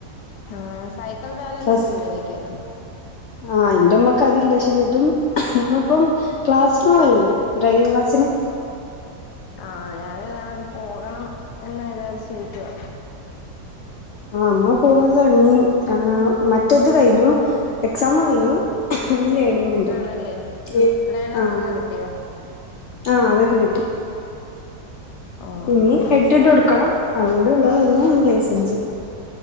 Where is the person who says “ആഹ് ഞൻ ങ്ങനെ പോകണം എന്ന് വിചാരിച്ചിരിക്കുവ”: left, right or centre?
Left